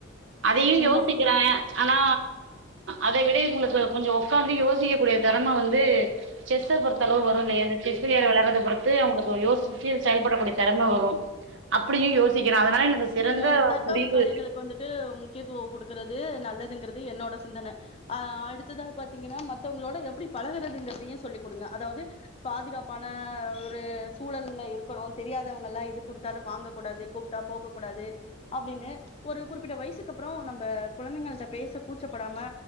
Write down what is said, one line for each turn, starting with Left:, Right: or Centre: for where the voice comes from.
Right: அதையு
Left: நிச்சயமா
Right: யோசிக்ற ஆனா அதை விட கொஞ்சோ உக்காந்து யோசிக்கக்கூடிய தெறம வந்து செஸ்ஸ பொறுத்தளவு வருங்க எனக்கு சிலிய விலாட்றத பொறுத்து அவுங்களுக்கு யோசிச்சு செயல்படக்கூடிய தெறம வரும். அப்பிடியு யோசிக்கற அதனால எனக்கு சிறந்த
Left: நீங்க உங்க தற்காப்பு
Right: முடிவு
Left: கலைகளுக்கு வந்துட்டு முக்கியத்துவோ குடுக்கறது நல்லதுங்கிறது என்னோட சிந்தன ஆ அடுத்ததா பாத்தீங்கன்னா மத்தவங்களோட எப்படி பழகுறதுங்கிறதையு சொல்லிக் குடுங்க அதாவது பாதுகாப்பான ஒரு சூழல்ல இருக்கணு தெரியாதவங்கல்லா எது குடுத்தாலு வாங்க கூடாது கூப்ட்டா போகக்கூடாது அப்டின்னு ஒரு குறிப்பிட்ட வயசு கப் அப்றோ நம்ப குழந்தைங்கள்ட்ட பேச கூச்சப்படாம